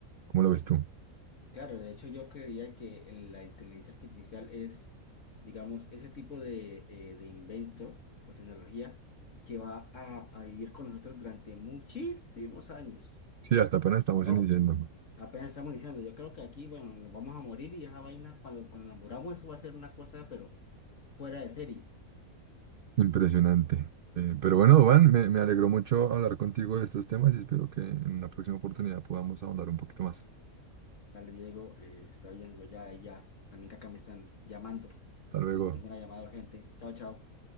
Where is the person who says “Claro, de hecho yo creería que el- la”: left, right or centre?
Left